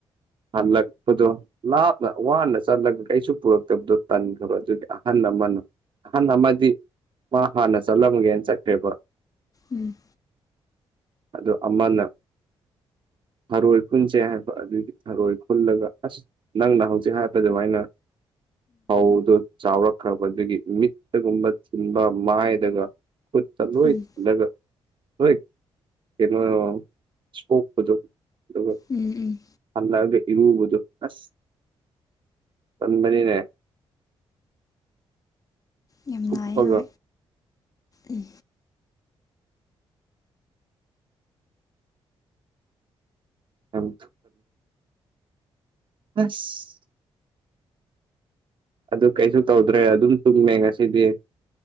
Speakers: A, on the right; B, on the left.
A: ꯍꯜꯂꯛꯄꯗꯣ ꯂꯥꯞꯅ ꯋꯥꯅ ꯆꯠꯂꯒ ꯀ ꯑꯩꯁꯨ ꯄꯨꯔꯛꯇꯕꯗꯣ ꯇꯟꯈ꯭ꯔꯕ ꯑꯗꯨꯒꯤ ꯑꯍꯟ ꯑꯃꯅꯣ ꯑꯍꯟ ꯑꯃꯗꯤ ꯃꯥ ꯍꯥꯟꯅ ꯆꯠꯂꯝꯒꯦꯅ ꯆꯠꯈ꯭ꯔꯦꯕ
B: ꯎꯝ
A: ꯑꯗꯨꯗꯣ ꯑꯃꯅ ꯍꯥꯔꯣꯏ ꯈꯨꯟꯁꯦ ꯍꯥꯏꯕ ꯑꯗꯨꯗꯤ ꯍꯥꯔꯣꯏ ꯈꯨꯜꯂꯒ ꯑꯁ ꯅꯪꯅ ꯍꯧꯖꯤꯛ ꯍꯥꯏꯄꯗꯨꯥꯏꯅ ꯐꯧꯗꯨ ꯆꯥꯎꯔꯛꯈ꯭ꯔꯕꯗꯨꯒꯤ ꯃꯤꯠꯇꯒꯨꯝꯕ ꯊꯤꯟꯕ ꯃꯥꯏꯗꯒ ꯆ ꯂ ꯑꯣꯏꯣꯏ
B: ꯎꯝ ꯎꯝ
A: ꯀꯩꯅ ꯏꯁꯀꯣꯞꯄꯗꯣ ꯑꯗꯨꯒ
B: ꯎꯝ ꯎꯝ
A: ꯍꯜꯂꯑꯒ ꯏꯔꯨꯕꯗꯨ ꯑꯁ ꯆꯟꯕꯅꯤꯅꯦ
B: ꯌꯥꯝ
A: ꯊꯨꯞꯄꯒ
B: ꯅꯥꯏ ꯍ ꯎꯝ
A: ꯌꯥꯝ ꯑꯁ ꯑꯗꯨ ꯀꯩꯁꯨ ꯇꯧꯗ꯭ꯔꯦ ꯑꯗꯨꯝ ꯆꯨꯝꯃꯦ ꯉꯁꯤꯗꯤ